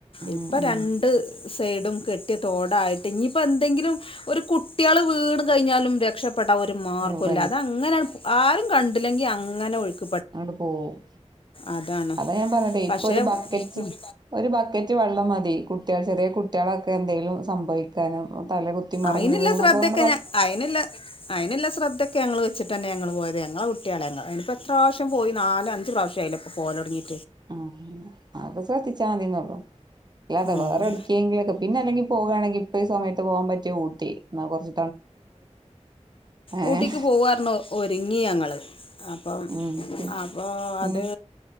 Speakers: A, on the right; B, on the left.
A: ഉം
B: ഇപ്പ
A: ഉം
B: രണ്ട് സൈഡും കെട്ടി തോടായിട്ട് ഇനിയിപ്പ എന്തെങ്കിലും ഒരു കു------ള് വീണ് കഴിഞ്ഞാലും രക്ഷപ്പെ പെട ഒരു മാർഗ്ഗൊല്ല
A: കയ്യൂല
B: അതങ്ങന <unintelligible> കണ്ടില്ലെങ്കി അങ്ങനെ <unintelligible>
A: അങ്ങോട്ട് പോവും
B: അതാണ്
A: അതാ ഞാൻ പറഞ്ഞെതെ
B: പക്ഷെ
A: ഇപ്പൊ ഒരു ബക്കറ്റ്
B: ഉം
A: ഒരു ബക്കറ്റ് വെള്ളം മതി കുട്ടിക ചെറിയ കുട്ടികളൊക്കെ എന്തെങ്കലും സംഭവിക്കാനും തല കുത്തി മറിഞ്
B: അയിനുള്ള
A: വീണു എന്നൊക്കെ
B: ശ്രദ്ധയൊക്കെ
A: <unintelligible>
B: അയിനുള്ള അയിനുള്ള ശ്രദ്ധൊക്കെ ഞങ്ങൾ വെച്ചട്ട് തന്നെ ഞങ്ങൾ പോയ ഞങ്ങളെ കുട്ടിയള ഞങ്ങ ഇനിപ്പോ എത്ര പ്രാവശ്യം പോയി നാലഞ്ച് പ്രാവശ്യ ആയില്ലേ പോലോടക്കി
A: ആ അത് ശ്രദ്ധിച്ചാൽമതിന്നള്ളൂ ഇല്ലാതെ
B: ഉം
A: വേറെ എടിക്കക്കെങ്കിലൊക്കെ പിന്നെ അല്ലെങ്കിൽ പോകയാണെങ്കിൽ ഇപ്പ ഈ സമയത്ത് പോകാൻ പറ്റിയ ഊട്ടി എന്നാ കൊ ച്ച് ഏഹ്
B: ഊട്ടിക്ക് പോവാര്ന്നു ഒരുങ്ങി ഞങ്ങള് അപ്പം
A: ഉം പിൻ
B: അപ്പൊ
A: പിന്നെ
B: അത്